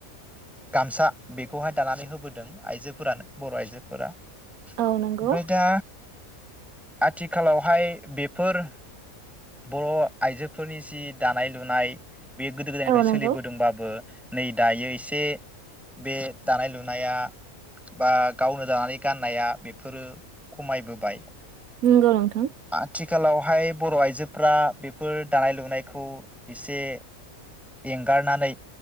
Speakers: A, in the centre; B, on the right (about 80°).
A: गामसा बेखौहाय दानानै होबोदों आइजोफोरानो बर' आइजोफोरा ओमफ्राय
B: औ नंगौ
A: दा आथिखालावहाय बेफोर बर' आइजोफोरनि जि दानाय लुनाय। बेयो गोदो गोदायनिफ्राय
B: औ नंगौ
A: सोलिबोदोंबाबो नै दायो एसे बे दानाय लुनाया बा गावनो दानानै गाननाया बेफोरो खमायबोबाय
B: नंगौ नोंथां।
A: आथि खालावहाय बर' आइजोफोरा बेफोर दानाय लुनायखौ एसे एंगारनानै